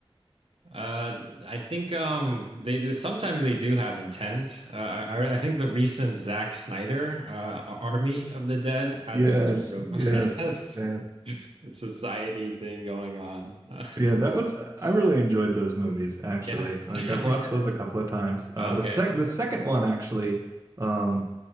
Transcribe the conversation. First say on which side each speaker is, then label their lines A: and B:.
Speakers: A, on the right (about 70°); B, on the right (about 30°).
A: Uh, I think um, they, they- sometimes they do have intent. Uh, I, I think the recent Zack Snyder uh, Army of the Dead had
B: Yes,
A: some sort
B: yes.
A: of
B: Yeah.
A: <laughs> society thing going on. Uh,
B: Yeah, that was I really enjoyed those movies actually.
A: yeah.
B: Like
A: <laughs>
B: I've watched
A: Okay.
B: those a couple of times. Uh
A: Okay.
B: the sec the second one actually um